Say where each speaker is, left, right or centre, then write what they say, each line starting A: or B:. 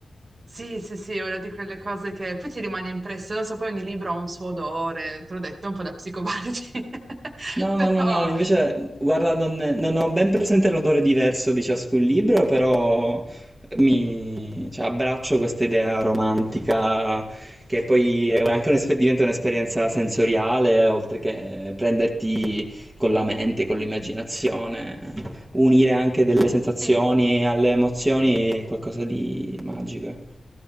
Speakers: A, on the right; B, on the right.
A: Sì, sì, sì, è una di quelle cose che poi ti rimane impresso, non so, poi ogni libro ha un suo odore, te l'ho detto, un po' da psicopatici, <laughs>
B: No,
A: però
B: no, no, no, invece, guarda, non, non ho ben presente l'odore diverso di ciascun libro, però mi cioè, abbraccio questa idea romantica che poi è anche un'esper- diventa un'esperienza sensoriale, oltre che prenderti con la mente, con l'immaginazione, unire anche delle sensazioni
A: sì.
B: alle emozioni è qualcosa di magico.